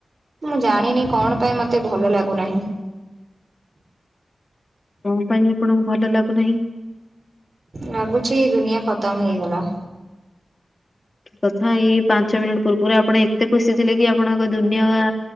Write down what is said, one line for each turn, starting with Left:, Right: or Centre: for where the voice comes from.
Right: ମୁଁ ଜାଣିନି କଣ ପାଇଁ ମତେ ଭଲ ଲାଗୁନାହିଁ।
Left: କଣ ପାଇଁ ଆପଣଙ୍କୁ ଭଲ ଲାଗୁନାହି?
Right: ଲାଗୁଛି ଦୁନିଆ ଖତମ ହେଇଗଲା।
Left: କି କଥା ଏଇ ପାଞ୍ଚ ମିନିଟ୍ ପୂର୍ବରୁ ଆପଣ ଏତେ ଖୁସି ଥିଲେ କି ଆପଣଙ୍କ ଦୁନିଆ ବା